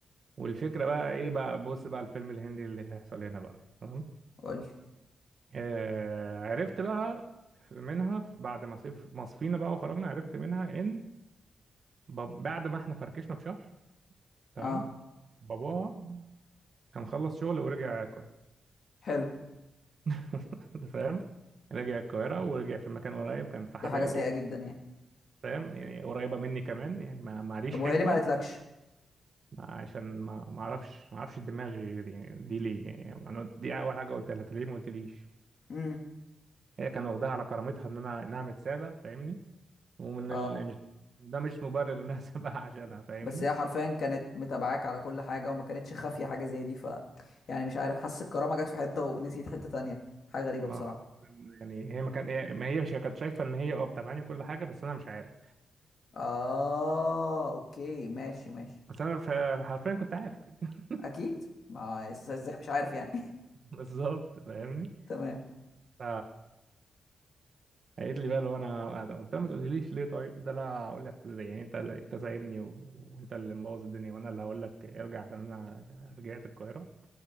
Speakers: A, on the right; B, on the left.
A: والفكره بقى ايه بقى بص بقى الفيلم الهندي اللي هيحصل هنا بقى تمام
B: قول لي
A: آه عرفت بقى منها بعد ما صف ما صفينا بقى وخرجنا عرفت منها ان باب- بعد ما احنا فركشنا بشهر تمام
B: اه
A: باباها كان خلص شغل ورجع
B: حلو
A: <laughs> أنت فاهم رجع القاهرة ورجع في مكان قريب كان في
B: دي
A: حدائق
B: حاجه
A: القبة
B: سيئه جدا يعني
A: فاهم يعني قريبة مني كمان يعني ما معليش
B: طب وهي
A: حجة
B: ليه ما قالتلكش
A: عشان ما ما اعرفش ما اعرفش دماغي دي, دي ليه يعني انا دي اول حاجة قلتها لها "أنت ليه ما قلتليش
B: امم
A: هي كان واخداها على كرامتها ان انا انها متسابة فاهمني ومن
B: اه
A: ال... مش ده مش مبرر انها <laughs> سابقة عشانها فاهمني
B: بس هي حرفيا كانت متابعاك على كل حاجة وما كانتش خافية حاجة زي دي ف يعني مش عارف حاسس الكرامة جت في حتة ونسيت حتة تانية حاجة غريبة
A: ما
B: بصراحة
A: يعني هي ما كان هي ما هي مش كانت شايفة ان هي اه بتابعني وكل حاجة بس انا مش عارف
B: اه اوكي ماشي ماشي
A: بس انا ف- حرفيا كنت عارف <laughs>
B: اكيد ما إز- ازاي مش عارف يعني
A: بالظبط فاهمني
B: <laughs> تمام
A: ف قالت لي بقى لو انا أنا قلت لها ما تقوليليش ليه طيب ده لا هقول لك يعني انت اللي انت سايبني و- وانت اللي مبوظ الدنيا وانا اللي هقول لك ارجع عشان انا رجعت القاهره